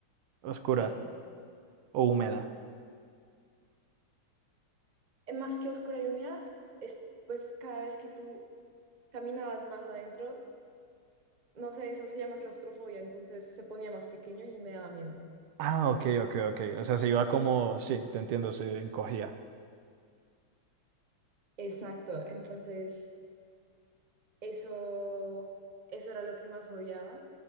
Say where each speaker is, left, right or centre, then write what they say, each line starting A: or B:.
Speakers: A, on the right; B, on the right.
A: oscura
B: em,
A: o húmeda.
B: más que oscura y húmeda, es, pues cada vez que tú caminabas más adentro, no sé, eso se llama claustrofobia, entonces se ponía más pequeño y me daba miedo.
A: Ah, ok, ok, ok. O sea, se iba como, sí, te entiendo, se encogía.
B: Exacto, entonces... Eso, eso era lo que más odiaba,